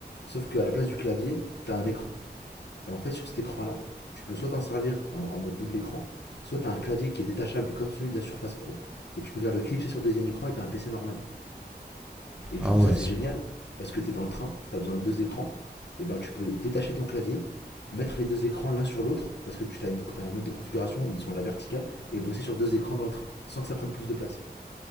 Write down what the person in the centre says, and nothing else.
Ah
ouais,
c'est-